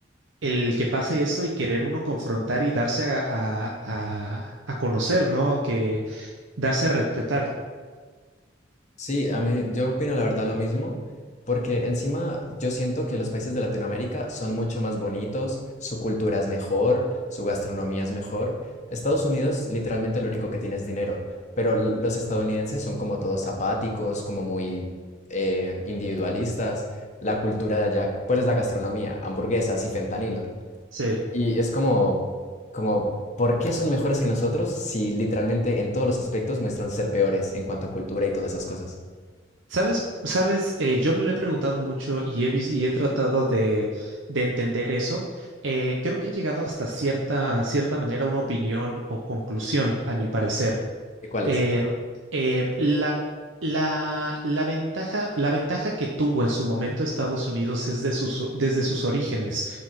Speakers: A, on the right; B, on the left.
A: el que pase esto y querer uno confrontar y darse a, a, a- a conocer, ¿no? Que darse a respetar.
B: Sí, a mí, yo opino la verdad lo mismo, porque encima yo siento que los países de Latinoamérica son mucho más bonitos, su cultura es mejor, su gastronomía es mejor. Estados Unidos literalmente lo único que tiene es dinero, pero l- los estadounidenses son como todos apáticos, como muy eh, individualistas. La cultura de allá, ¿cuál es la gastronomía? Hamburguesas y fentanilo.
A: Sí.
B: Y es como, como, ¿por qué son mejores que nosotros si literalmente en todos los aspectos muestran ser peores en cuanto a cultura y todas esas cosas?
A: Sabes, sabes, eh, yo me lo he preguntado mucho y he, vis- y he tratado de, de entender eso. Eh, creo que he llegado hasta cierta, cierta manera a una opinión o conclusión, a mi parecer.
B: ¿De cuál
A: Eh,
B: es?
A: eh, la, la, la ventaja, la ventaja que tuvo en su momento Estados Unidos es de sus, desde sus orígenes.